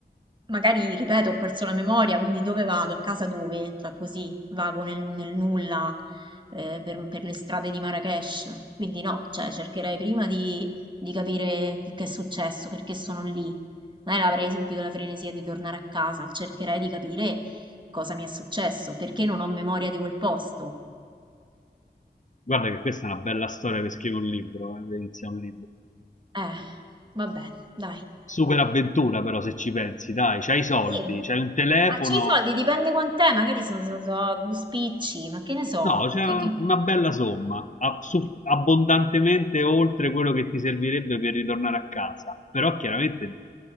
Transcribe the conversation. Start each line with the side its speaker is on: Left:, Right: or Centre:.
Right: magari, ripeto, ho perso la memoria, quindi dove vado? A casa dove? Cioè così vago nel, nel nulla eh, per, per le strade di Marrakesh. Quindi no, cioè cercherei prima di, di capire che, che è successo, perché sono lì. Non è che avrei subito la frenesia di tornare a casa, cercherei di capire cosa mi è successo, perché non ho memoria di quel posto.
Left: Guarda che questa è una bella storia per scrivere un libro, eh, per iniziare un libro.
Right: Eh, vabbè, dai.
Left: Super avventura, però, se ci pensi, dai, c'hai i soldi,
Right: Sì,
Left: c'hai un telefono,
Right: ma c'hai i soldi, dipende quant'è, magari sono due spicci, ma che ne so.
Left: No, c'è
Right: Ma che-
Left: un-
Right: che-
Left: una bella somma, a- su- abbondantemente oltre quello che ti servirebbe per ritornare a casa, però chiaramente